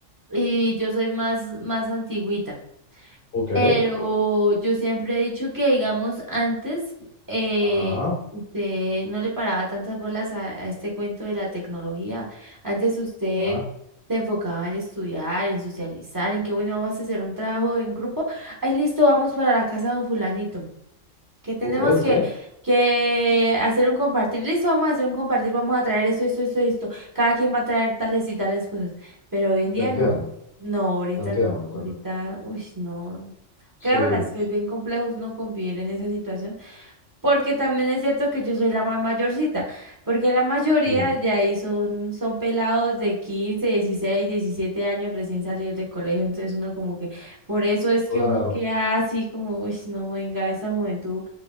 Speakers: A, on the right; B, on the left.
A: y yo soy más, más antigüita.
B: ok,
A: Pero yo siempre he dicho que, digamos, antes eh,
B: ajá,
A: usted no le paraba tantas bolas a, a este cuento de la tecnología. Antes usted
B: Ya,
A: se enfocaba en estudiar, en socializar, en que, bueno, vamos a hacer un trabajo en grupo. Ahí listo, vamos para la casa de un fulanito que tenemos
B: ok, ok,
A: que, que hacer un compartir. Listo, vamos a hacer un compartir, vamos a traer esto, esto, esto, esto. Cada quien va a traer tales y tales cosas. Pero hoy en día
B: te entiendo,
A: no. No, ahorita
B: te entiendo,
A: no.
B: te
A: Ahorita,
B: entiendo.
A: uy, no.
B: Sí,
A: Créanme las que es bien complejo no convivir en esa situación. Porque también es cierto que yo soy la más mayorcita, porque la mayoría
B: bien,
A: de ahí son, son pelados de 15 16 17 años recién salidos de colegio, entonces uno como que, por eso es
B: claro.
A: que uno queda así como, uy, no, venga, esa juventud,